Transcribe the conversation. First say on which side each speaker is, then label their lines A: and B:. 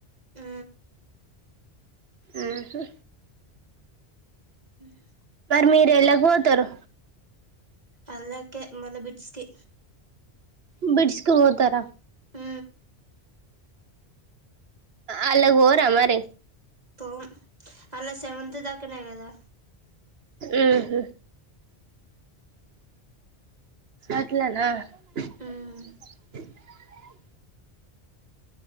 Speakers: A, on the right (about 40°); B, on the right (about 65°).
A: ఊ
B: ఊహూ
A: <unintelligible>
B: మీరేల్లకువోతారు
A: అల్లాకే మళ్ళ బిట్స్కి
B: బిడ్స్కు పోతారా
A: ఆ
B: అల్లకి వొర మరి
A: పో అలా సెవంత తాకన కదా
B: ఆహా అట్లానా <unintelligible>
A: ఉమ్